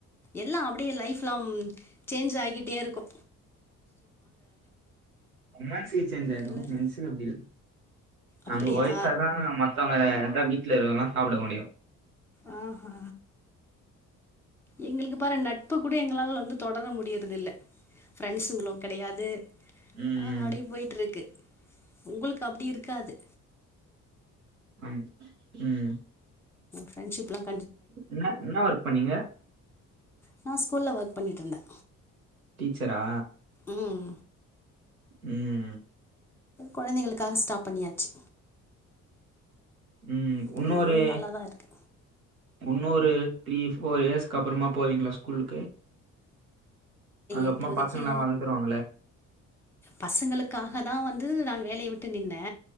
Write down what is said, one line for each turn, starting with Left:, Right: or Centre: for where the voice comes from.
Centre: எல்லா அப்படியே லைஃப்லாங் சேஞ்ச் ஆகிட்டே இருக்கூ
Right: உம் மன்ஸு சேஞ்ச் ஆயரு
Centre: கல்லூரி
Right: மென்ஸுக்கு அப்படி இல நாங்க
Centre: அப்படியா
Right: ஓலச்சாதான் மத்தவங்கலே <unintelligible> வீட்டல இருக்கெல்லா சாப்பட முடியு
Centre: ஆஹஹா எங்களுக்கு பாற நட்பு கூட எங்களால வந்து தொடர முடியறது இல்ல ஃப்ரெண்ஸுங்களும் கிடையாது
Right: ம்
Centre: ஆஹ் அடே போயிட்டு இருக்கு உங்களுக்கு அப்டி இருக்காது
Right: ஆம் உம்
Centre: ஃரண்ட்ஷிப்லங்
Right: என்ன என்ன ஒர்க் பண்ணீங்க
Centre: நான் ஸ்கூல்ல ஒர்க் பண்ணிட்டு இருந்தே
Right: டீச்சரா
Centre: உம்
Right: உம்
Centre: கொழந்தைகளுக் கா ஸ்டாப் பண்ணியாச்சு
Right: உம்
Centre: ஓகே
Right: உன்னொரு
Centre: இதுவு நல்லா தா இருக்கு
Right: உன்னொரு த்ரீ போஃபர் இயர்ஸ்கு அப்புறோமா போவீங்களா ஸ்கூலுக்கு அதுக்கபொர
Centre: இப்போதைக்கு
Right: பசங்க எல்லாம் வாழந்துருவாங்கள
Centre: பசங்களுக்காக தான் வந்து நான் வேலைய விட்டு நின்னே